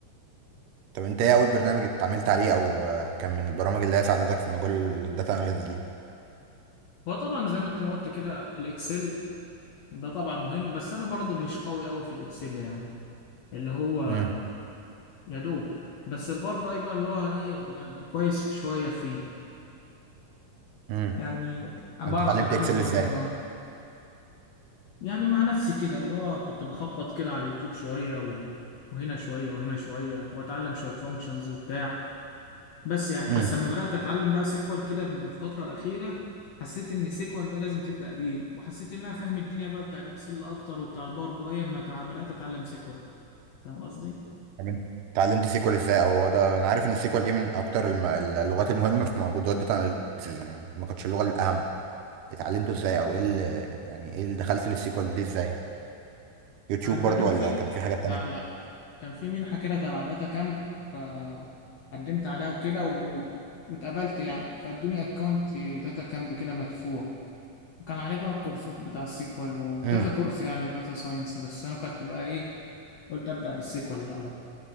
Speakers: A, on the right; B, on the left.
A: طب انت ايه اول برنامج اتعاملت عليه او آه، كان من البرامج اللي هي ساعدتك في مجال الداتا اناليسيس دي
B: هو طبعا زي ما انت ما قلت كده الإكسل ده طبعا مهم بس أنا برضو مش قوي قوي في الإكسل يعني اللي هو
A: امم
B: يا دوب بس البار بقى يبقى اللي هو ايه يعني كويس شوية فيه
A: امم
B: يعني بعرف
A: انت اتعلمت
B: أتعامل
A: اكسل
B: معاه
A: ازاي
B: حلو أوي يعني مع نفسي كده اللي هو كنت بخبط كده على اليوتيوب شوية و... وهنا شوية وهنا شوية واتعلم شوية فانكشنز وبتاع بس يعني
A: امم
B: بس لما بدأت اتعلم بقى سيكوال كده من الفترة الأخيرة حسيت ان سيكوال ده لازم تبدأ بيه وحسيت ان انا فاهم الدنيا بقى بتاع الاكسل اكتر وبتاع الباور بي اي اما تع- بدأت اتعلم سيكوال فاهم قصدي؟
A: طب انت اتعلمت سيكوال ازاي او هو ده انا عارف ان السيكوال دي من اكتر الم... اللغات المهمه في موجودات داتا اناليسيز يعني ما كانتش اللغه الاهم اتعلمته ازاي او ايه اللي... يعني ايه اللي دخلت للسيكوال دي ازاي يوتيوب
B: انت
A: برضو
B: كان
A: ولا
B: في
A: كان في حاجات
B: لا
A: تانية
B: لا كان في منحة كده تبع داتا كامب فقدمت عليها وكده و... واتقبلت يعني فادوني اكونت داتا كامب كده مدفوع كان عليه بقى الكورسات بتاع السيكوال وكذا
A: امم
B: كورس يعني داتا ساينس بس انا كنت بقى ايه قلت ابدا بالسيكوال الاول